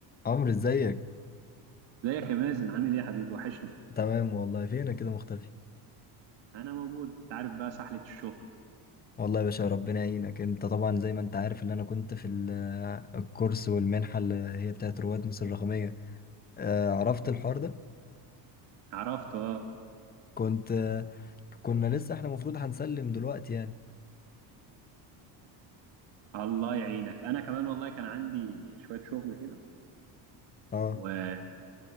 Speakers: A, on the left; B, on the right.
A: عمرو ازيك
B: ازيك يا مازن عامل ايه يا حبيبي وحشني
A: تمام والله فينك كده مختفي
B: انا موجود انت عارف بقى سحلة الشغل
A: والله يا باشا ربنا يعينك انت طبعا زي ما انت عارف اللي انا كنت في ال- آه، الكورس والمنحه اللي هي بتاعت رواد مصر الرقميه آه، عرفت الحوار ده
B: عرفت اه
A: كنت آه، كنا لسه احنا المفروض هنسلم دلوقتي يعني
B: الله يعينك انا كمان والله كان عندي شوية شغل كده
A: اه
B: وكنت